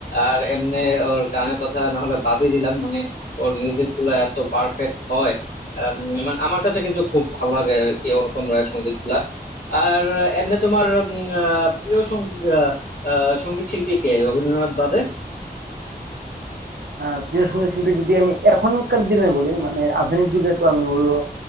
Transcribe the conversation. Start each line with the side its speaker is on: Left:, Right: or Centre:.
Left: আর এমনি ওর গানের কথা না হলে বাদই দিলাম মানে ওর মিউজিক গুলা এত পারফেক্ট হয় আম, মানে আমার কাছে কিন্তু খুব ভালো লাগে আর কি অনুপম রায়ের সঙ্গীত গুলা আর এমনি তোমার উম, আহ, প্রিয় সঙ্গীত আহ সঙ্গীত শিল্পী কে রবীন্দ্রনাথ বাদে
Right: আহ প্রিয় সঙ্গীত শিল্পী যদি আমি এখনকার দিনে বলি মানে আধুনিক যুগে তো আমি বলবো